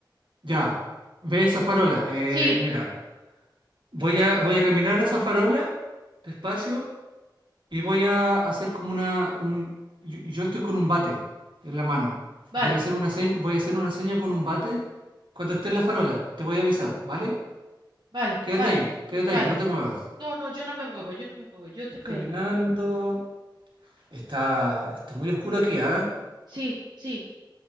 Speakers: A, on the right; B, on the right.
A: Ya, ve esa farola. Eh,
B: Sí,
A: mira, voy a, voy a caminar a esa farola despacio y voy a hacer como una... Un, yo, yo estoy con un bate en la mano.
B: vale,
A: Voy a hacer una seña, voy a hacer una seña con un bate cuando esté en la farola. Te voy a avisar, ¿vale?
B: vale,
A: Quédate
B: vale,
A: ahí, quédate
B: vale.
A: ahí, no te muevas.
B: No, no, yo no me muevo, yo no me muevo, yo te espero.
A: Caminando. Está, está muy oscuro aquí, ¿ah?
B: Sí, sí.